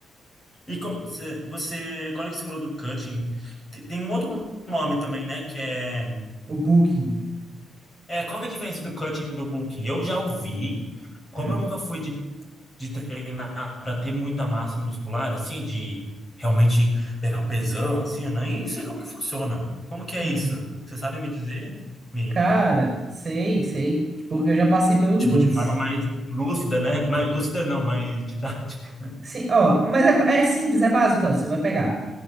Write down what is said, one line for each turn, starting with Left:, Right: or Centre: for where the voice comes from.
Left: E como você, você- agora que você falou do cutting, te- tem um outro nome também, né? Que é,
Right: O Booking.
Left: é qual que é a diferença do cutting e do booking Eu já ouvi, como
Right: Hum,
Left: eu nunca fui de, de treinar para ter muita massa muscular, assim, de realmente pegar um pesão, assim, eu nem sei como que funciona. Como que é
Right: uhum.
Left: isso? Você sabe me dizer? Me,
Right: Cara, sei, sei. Tipo, eu já passei pelos
Left: tipo,
Right: dois.
Left: de forma mais lúcida, né? Mais lúcida não, mais didática.
Right: Sim, ó, mas é, é simples, é básico, ó. Você vai pegar